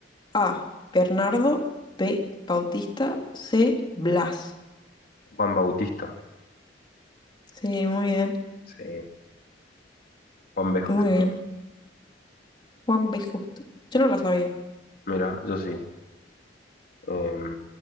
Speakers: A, on the left; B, on the left.
A: A. Bernardo, B. Bautista, C. Blas.
B: Juan Bautista,
A: Sí, muy bien,
B: sí, Juan B.
A: muy
B: Justo.
A: bien. Juan B. Justo. Yo no la sabía.
B: Mira, yo sí. Em,